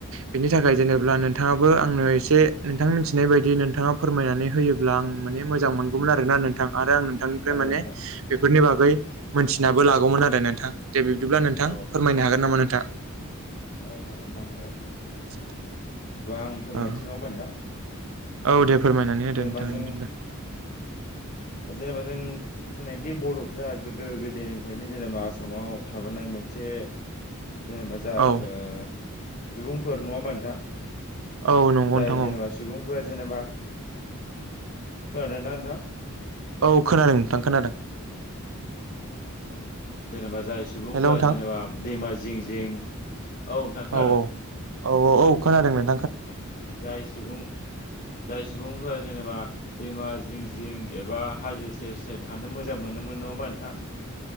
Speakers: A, on the right; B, on the left.
A: बिनि थाखाय जेनेब्ला नोंथाङाबो आंनो इस से नोंथां मिथिनाय बायदि नोंथाङा फोरमायनानै होयोब्ला आं माने मोजां मोनगौमोन आरोना नोंथां आरो आं नोंथांनिफ्राय
B: औ
A: माने
B: नोंथां
A: बेफोरनि बागै मोनथिनाबो लागौमोन आरो नोंथां दे बिबदिब्ला नोंथां
B: औ
A: फोरमायनो हागोन नामा नोंथांआ।
B: औ हागोन नोंथां हागोन
A: <unintelligible>
B: आं फोरमायनोसै
A: औ
B: नङा होनबा नोंथां
A: औ दे फोरमायनानै होदो
B: जेनेबा
A: नोंथाङा
B: जों
A: बिदिब्ला
B: जेनेबा जों बुंनो हायोदि बर'फ्रा गोदो गोदायनिफ्रायनो जेनेबा आसामाव थाबोनाय मोनसे जेनेबा जा
A: औ
B: ओ सुबुंफोर नङा ओनबा नोंथां?
A: औ नंगौ
B: जाय
A: नोंथां
B: जेनेबा
A: औ ।
B: सुबुंफोरा जेनेबा खोनादों ना नोंथां ।
A: औ खोनादों नोंथां खोनादों।
B: औ जेनेबा जाय सुबुंफोरा
A: हेल' नोंथां
B: जेनेबा दैमा जिं जिं औ नोंथां खोनादों।
A: औ औ औ औ खोनादोंमोन।
B: औ जाय सुबुं जाय सुबुंफोरा जेनेबा दैमा जिं जिं एबा हाजो सेर सेर थानो मोजां मोनोमोन नङा होमबा नोंथां । <inaudible>